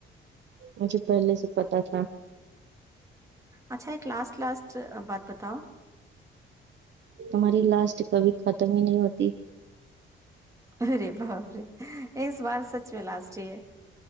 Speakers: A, on the right; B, on the right.
A: مجھے پہلے سے پتا تھا
B: اچھا ایک لاسٹ لاسٹ بات بتاؤ
A: تمہاری لاسٹ کبھی ختم ہی نہیں ہوتی
B: ارے باے اس بار سچ میں لاسٹ ہی